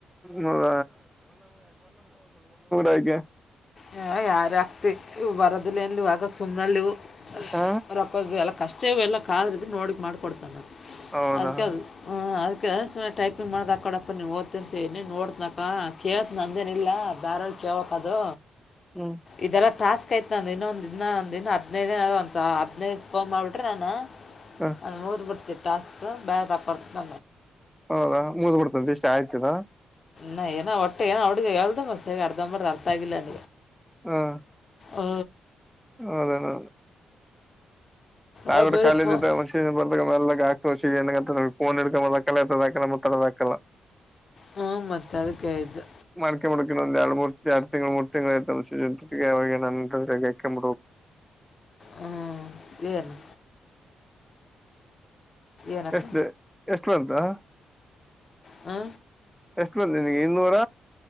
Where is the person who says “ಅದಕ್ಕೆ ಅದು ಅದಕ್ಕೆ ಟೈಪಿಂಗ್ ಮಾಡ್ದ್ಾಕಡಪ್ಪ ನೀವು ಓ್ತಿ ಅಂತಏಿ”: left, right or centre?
Left